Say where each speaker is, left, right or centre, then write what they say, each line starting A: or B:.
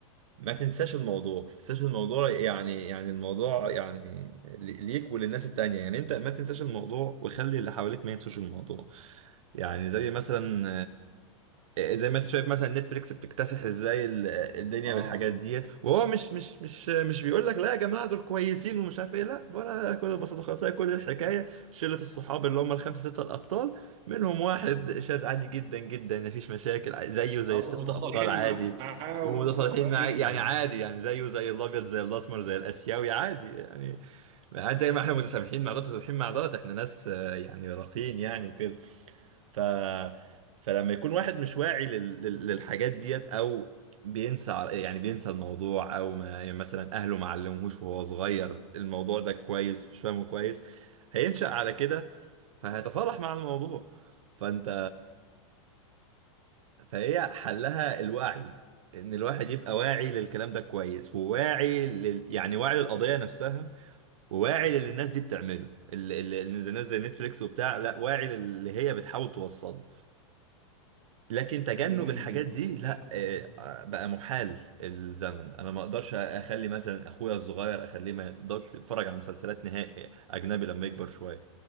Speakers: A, on the right; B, on the right.
A: ما تنساش الموضوع ما تنساش الموضوع يعني يعني الموضوع يعني ل- ليك وللناس التانية يعني انت ما تنساش الموضوع وخلي اللي حواليك ما ينسوش الموضوع يعني زي مثلا آه، زي ما انت شايف مثلا نتفليكس بتكتسح ازاي ال- الدنيا
B: اه
A: بالحاجات ديت وهو مش مش مش مش بيقول لك لا يا جماعه دول كويسين ومش عارف ايه لا ولا كل البساطه خالص هي كل الحكايه شله الصحاب اللي هم الخمسه سته الابطال منهم واحد شاذ عادي جدا جدا مفيش مشاكل ع- زيه زي
B: آه،
A: الست
B: ومتصالحين
A: ابطال عادي
B: معاه
A: ومتصالحين
B: وحاجه طبيعيه
A: عا-
B: جدا
A: يعني عادي يعني زيه زي الابيض زي الاسمر زي الاسيوي عادي يعني عادي زي ما احنا متسامحين مع ده متسامحين مع ده احنا ناس آه، يعني راقيين يعني وكده ف فلما يكون واحد مش واعي لل... لل- للحاجات ديت او بينسى ع- يعني بينسى الموضوع او ما يعني مثلا اهله ما علموهوش وهو صغير الموضوع ده كويس مش فاهمه كويس هينشأ على كده فهيتصارح مع الموضوع فانت فهي حلها الوعي ان الواحد يبقى واعي للكلام ده كويس وواعي لل... يعني واعي للقضية نفسها وواعي للي الناس دي بتعمله اللي اللي- الناس زي نتفليكس وبتاع لا واعي للي هي بتحاول توصله لكن تجنب
B: جميل
A: الحاجات
B: جدا
A: دي لا
B: يعني
A: آه، آه، بقى محال الزمن ده. انا ما اقدرش اخلي مثلا اخويا الصغير اخليه ما يقدرش يتفرج على مسلسلات نهائي اجنبي لما يكبر شويه